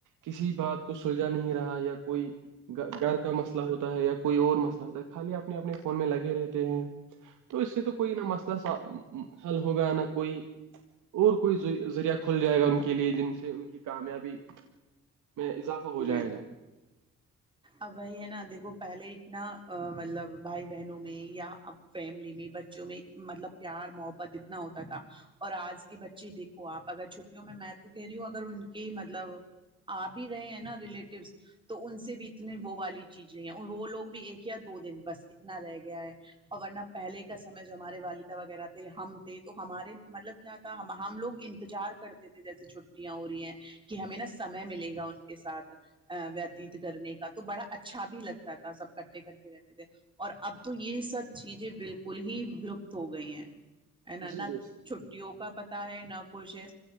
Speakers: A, on the right (about 80°); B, on the right (about 15°).
A: کسی بات کو سلجھا نہیں رہا یا کوئی گ گھر کا مسئلہ ہوتا ہے یا کوئی اور مسئلہ ہوتا ہے خالی اپنے اپنے فون میں لگے رہتے ہیں تو اس سے تو کوئی نہ مسئلہ حل ہوگا نہ کوئی اور کوئی زذریہ کھول جائے گا ان کے لیے جن سے ان کی کامیابی میں اضافہ ہو جائے
B: بسچ
A: گا
B: اب وہی ہے نا دیکھو پہلے اتنا مطلب بھائی بہنوں میں یا فیملی میں بچوں میں مطلب پیار محبت اتنا ہوتا تھا اور آج کے بچے دیکھو آپ اگر چھٹیوں میں میں تو کہہ رہی ہوں اگر ان کے مطلب آ بھی رہے ہیں نا ریلیٹیوس تو ان سے بھی اتنی وہ والی چیز نہیں ہے وہ لوگ بھی ایک یا دو دن بس اتنا رہ گیا ہے اور ورنہ پہلے کا سمے جو ہمارے والدہ وغیرہ تھے ہم تھے تو ہمارے مطلب کیا تھا ہم لوگ انتظار کرتے تھے جیسے چھٹیاں ہو رہی ہیں کہ ہمیں نا سمے ملے گا ان کے ساتھ وتیت کرنے کا تو بڑا اچھا بھی لگتا تھا سب کٹھے کٹھے رہتے تھے اور اب تو یہ سب چیزیں بالکل ہی ولپت ہو گئی ہیں ا
A: جی
B: ن
A: بے شک
B: چھٹیوں کا پتا ہے نہ کچھ ہے